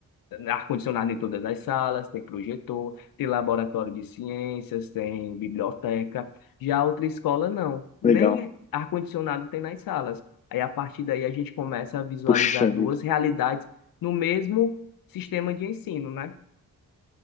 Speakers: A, on the left; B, on the left.
A: ar-condicionado em todas as salas, tem projetor, tem laboratório de ciências, tem biblioteca. Já outra escola, não. Nem
B: legal.
A: ar-condicionado tem nas salas. Aí, a partir daí, a gente começa a visualizar
B: Puxa vida.
A: duas realidades no mesmo sistema de ensino, né?